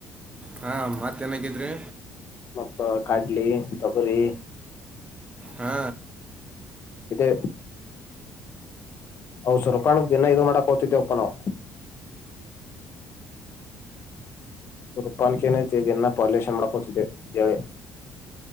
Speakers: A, on the right (about 20°); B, on the left (about 50°).
A: ಹಾ ಮತ್ತೇನಾಗಿದ್ರಿ
B: ಮತ್ತ ಕಾಡ್ಲಿ ತಬರಿ
A: ಹಾ
B: ಇದು ಹೌದಸ ರೂಪಾಯಣಕ್ ದನ ಇದು ಮಾಡಕ್ ಹೋಗ್ತಿದ್ದೇವಪ್ಪ ನಾವವು ಸುರುಪಾನಕ್ಕೆ ನತೆ ಜನ್ನ ಪಾಲಷ ಮಾಡಕತದೆ ಕೆಳ